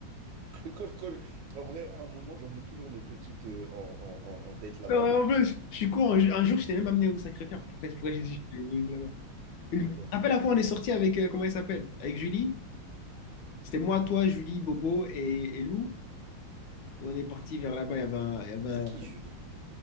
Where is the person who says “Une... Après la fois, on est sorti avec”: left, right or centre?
Left